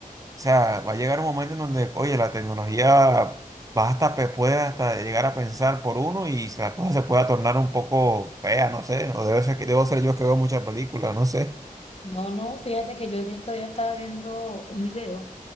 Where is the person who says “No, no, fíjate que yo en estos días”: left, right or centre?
Left